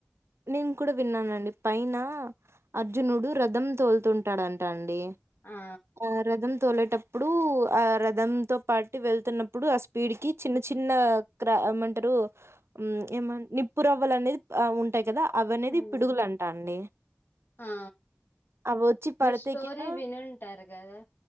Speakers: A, on the right; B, on the left.
A: నేను కూడా విన్నానండి పైన అర్జునుడు రదం తోలుతుంటాడుంట అండి
B: ఆ
A: ఆ రదం తోలట టప్పుడు ఆ రదం తో పాటు వెళ్తున్నప్పుడు ఆ స్పీడ్కి చిన్న చిన్న క్రా ఏమంటరు ఉమ్ ఏమన్ నిప్పురవ్వలనేది ప్ అ ఉంటాయ్ కదా అవనేది
B: ఉమ్
A: పిడుగులంటా అండి.
B: ఆ
A: అవొచ్చి పడితే
B: మీర్ స్టోరీ
A: గిన
B: వినుంటారు కదా